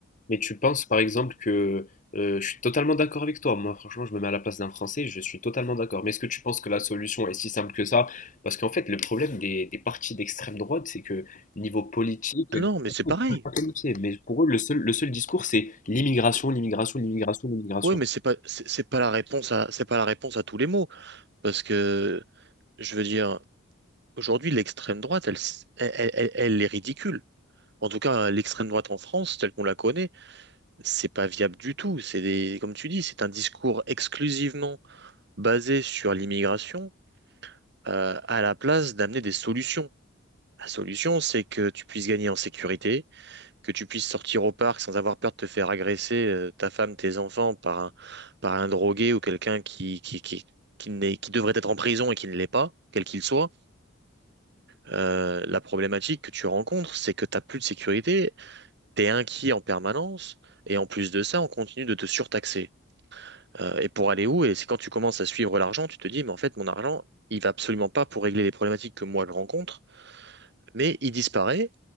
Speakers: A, on the left; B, on the right.
A: Mais tu penses par exemple que euh, je suis totalement d'accord avec toi. Moi, franchement, je me mets à la place d'un Français, je suis totalement d'accord. Mais est-ce que tu penses que la solution est si simple que ça? Parce qu'en fait, le problème des, des partis d'extrême droite, c'est que niveau politique, ils
B: Non, mais c'est pareil.
A: sont pas qualifiés. Mais pour eux, le seul, le seul discours, c'est l'immigration, l'immigration, l'immigration, l'immigration.
B: Oui, mais c'est pas c'est c'est pas la réponse à c'est pas la réponse à tous les maux. Parce que, je veux dire, aujourd'hui, l'extrême droite, elle, s- elle, elle- elle est ridicule. En tout cas, l'extrême droite en France, telle qu'on la connaît, c'est pas viable du tout. C'est des, comme tu dis, c'est un discours exclusivement basé sur l'immigration, euh, à la place d'amener des solutions. La solution, c'est que tu puisses gagner en sécurité, que tu puisses sortir au parc sans avoir peur de te faire agresser, euh, ta femme, tes enfants, par un, par un drogué ou quelqu'un qui, qui, qui, qui n'est- qui devrait être en prison et qui ne l'est pas, quel qu'il soit Euh, la problématique que tu rencontres, c'est que tu n'as plus de sécurité, tu es inquiet en permanence, et en plus de ça, on continue de te surtaxer. Euh, et pour aller où? Et c'est quand tu commences à suivre l'argent, tu te dis, mais en fait, mon argent, il va absolument pas pour régler les problématiques que moi je rencontre, mais il disparaît,